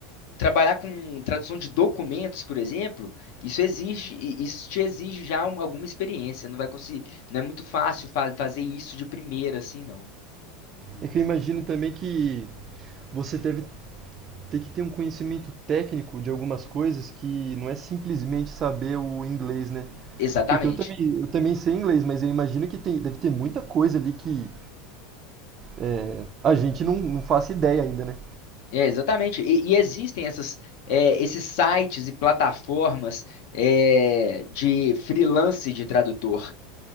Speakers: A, on the left; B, on the right.
A: trabalhar com tradução de documentos, por exemplo, isso exige, i- isso te exige já um- alguma experiência. Não vai conseguir, não é muito fácil fa- fazer isso de primeira, assim, não.
B: É que eu imagino também que você deve ter que ter um conhecimento técnico de algumas coisas que não é simplesmente saber o inglês, né?
A: Exatamente.
B: Porque eu também, eu também sei inglês, mas eu imagino que tem, deve ter muita coisa ali que é, a gente não, não faça ideia ainda, né?
A: É, exatamente. E, e existem essas, é, esses sites e plataformas, é, de freelance de tradutor.